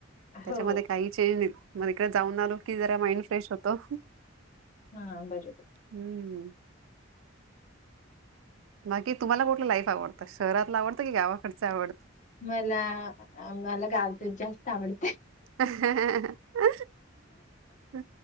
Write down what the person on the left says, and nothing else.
हो
हा बर बर.
मला मला गावच जास्त आवडत.